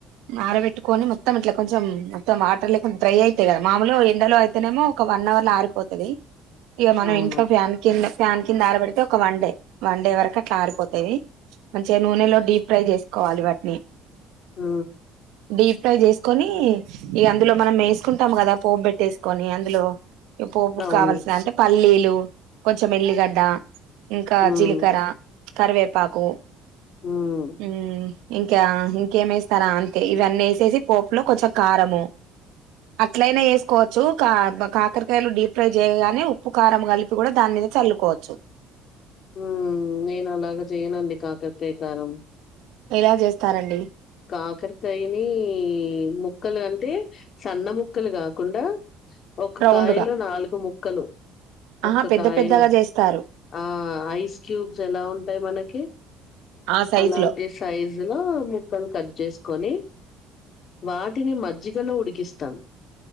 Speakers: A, on the right; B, on the left.
A: అరబెట్టుకొని మొత్తం ఇట్లా కొంచెం మొత్తం వాటర్ లేకుండా డ్రై అయితయ్ కదా మామూలు ఎండలో అయితేనేమో ఒక వన్ వన్ అవర్ ఆరిపోతది ఇగా మనం
B: అవును
A: ఇంట్లో ఫ్యాన్ ఫ్యాన్ కింద ఆరబడితే ఒక వన్ డే వన్ డే వరకు అట్లా ఆరిపోతావి మంచిగా నూనెలో డీ ఫ్రై చేసుకోవాలి వాటిని
B: ఆ
A: డీప్ ఫై చేసుకొని ఇగ అందులో మనం వేసుకుంటాం కదా పోపుబెట్టెసుకొని అందులో పోపుకు
B: అవును
A: కావాల్సిన అంటే పల్లీలు కొంచెం ఎల్లిగడ్డ ఇంకా
B: హ్మ్
A: జీలకర్ర కరివేపాకు
B: హ్మ్
A: మ్మ్ ఇంకా ఇంకేమి వేస్తారా అంతే ఇవన్నీ వేసేసి పోపులో కొంచెం కారము అట్లయినా వేసుకోవచ్చు కా కాకరకాయలు డీప్ ఫ్రై చేయగానే ఉప్పు కారం కలిపి కూడా దాని మీద చల్లుకోవచ్చు
B: మ్మ్ నేను అలాగ చేయనండి కాకరకాయ కారం
A: ఎలా చేస్తారండి
B: కాకరకాయని ముక్కలు అంటే సన్న ముక్కలు కాకుండా ఒక్క
A: రౌండ్గా
B: కాయలో నాలుగు ముక్కలు
A: ఆహా
B: ఒక్క
A: పెద్ద
B: కాయలో
A: పెద్దగా చేస్తారు
B: ఆ ఐస్ క్యూబ్స్ ఎలా ఉంటాయి మనకి
A: ఆ సైజు
B: అలాంటి
A: లో
B: సైజు లో ము కట్ చేసుకొని వాటిని మజ్జిగలో ఉడికిస్తాం